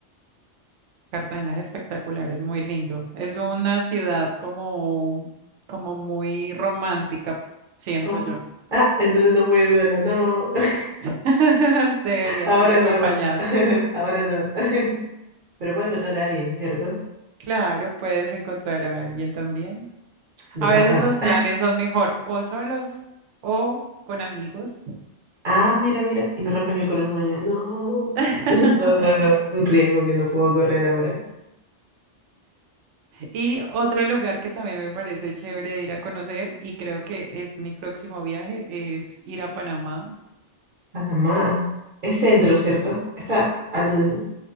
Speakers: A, on the right; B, on the right.
A: Cartagena es espectacular, es muy lindo. Es una ciudad como, como muy romántica, siento
B: ¿Cómo?
A: yo.
B: Ah, entonces no puedo ir sola, no. <laughs>
A: <laughs> Deberías
B: Ahora
A: ir acompañada.
B: no. <laughs> Ahora no. <laughs> Pero puedo encontrar a alguien, ¿cierto?
A: Claro, puedes encontrar a alguien también.
B: De
A: A
B: pasada.
A: veces los planes son mejor o solos o con amigos.
B: Ah, mira, mira, y me rompen el corazón allá. No,
A: <laughs>
B: <laughs> no, no, no, es un riesgo que no puedo correr ahora.
A: Y otro lugar que también me parece chévere de ir a conocer y creo que es mi próximo viaje es ir a Panamá.
B: Panamá, es centro, ¿cierto? Está al...